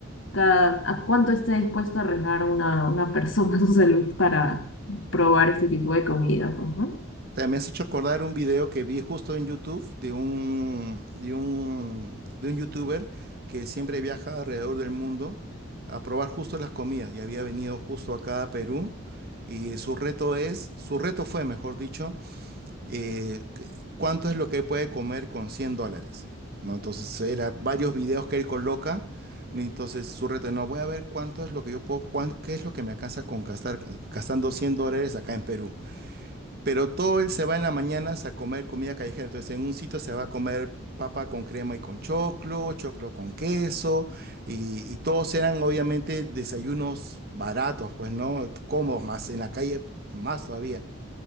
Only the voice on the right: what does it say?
O sea, me has hecho acordar un video que vi justo en YouTube de un, de un, de un youtuber que siempre viaja alrededor del mundo a probar justo las comidas y había venido justo acá a Perú y su reto es, su reto fue, mejor dicho, eh, c- cuánto es lo que puede comer con 100 dólares, ¿no? Entonces, era varios videos que él coloca. y Entonces su reto, no, voy a ver cuánto es lo que yo puedo, cuán- qué es lo que me alcanza con gastar, gastando 100 dólares acá en Perú. Pero todo él se va en las mañanas a comer comida callejera. Entonces, en un sitio se va a comer papa con crema y con choclo, choclo con queso, y, y todos eran obviamente desayunos baratos, pues, ¿no? Cómodos, más en la calle, más todavía.